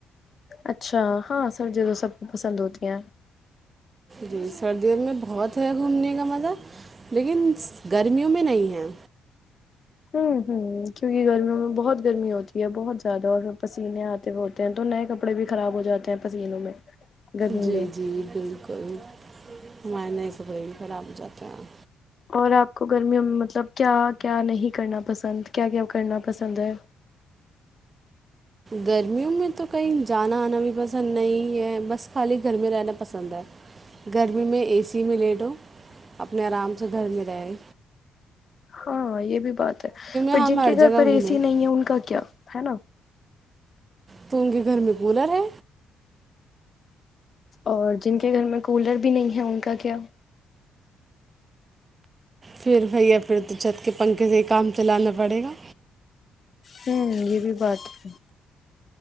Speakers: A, on the left; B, on the right.
A: اچھا ہاں سر ج سب کو پسند ہوتی ہیں
B: جی سردیوں میں بہت ہے گھومنے کا مزہ لیکن گرمیوں میں نہیں ہے
A: ہوں ہوں کیونکہ گرمیوں میں بہت گرمی ہوتی ہے بہت زیادہ اور پسینے آتے ہو ہوتے ہیں تو نئے کپڑے بھی خراب ہو جاتے ہیں پسیینوں میں گرمی
B: جی
A: میں
B: جی بالکل ہمائ نہیں س ب خراب جاتے ہیں
A: اور آپ کو گرمیوں مطلب کیا کیا نہیں کرنا پسند کیا کیا کرنا پسند ہے
B: گرمیوں میں تو کہیں جانا آنا بھی پسند نہیں ہے بس خالی گھر میں رہنا پسند ہے گرمی میں اے سی میں لے دو اپنے آرام سے گھر میں رہ
A: ہاں یہ بھی بات ہے ب
B: ہم
A: جن
B: ہر
A: کے گھر
B: جگہ
A: پر
B: گھومیں
A: اے سی نہیں ہے ان کا کیا ہے نا
B: تو ان کے گھر میں کولر ہے
A: اور جن کے گھر میں کولر بھی نہیں ہے ان کا کیا
B: پھر بھائی اپنے تو جھت کے پنکھے سے کام چلانا پڑے گا
A: ہوں یہ بھی بات ہے